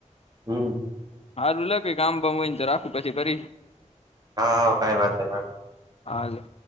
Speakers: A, on the right (about 30°); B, on the left (about 50°).
A: હમમ.
B: હાલું લખે કામ બામ હોય ને તો રાખું પછી ફરી
A: હા હા કાય વાંધો નય.
B: હા.